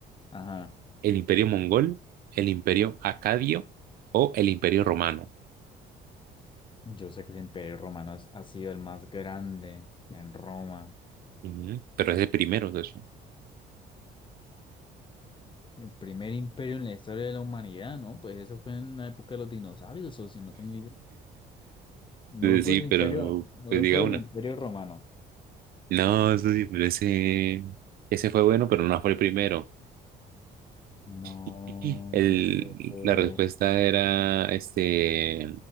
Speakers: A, on the left (about 30°); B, on the right (about 60°).
A: Ajá.
B: ¿El imperio mongol? ¿El imperio acadio o el imperio romano?
A: Yo sé que el Imperio Romano es- ha sido el más grande en Roma.
B: Ujú, Pero es de primeros, de <laughs>
A: El primer imperio en la historia de la humanidad, ¿no? Pues eso fue en la época de los dinosaurios, o si no tengo idea. Me voy por
B: Sí,
A: el
B: pero
A: imperio, me
B: pues
A: voy
B: diga
A: por el
B: una.
A: imperio romano.
B: No, eso sí, pero ese, ese fue bueno, pero no fue el primero.
A: No,
B: <clears throat> El,
A: pues, eh,
B: la respuesta era, este,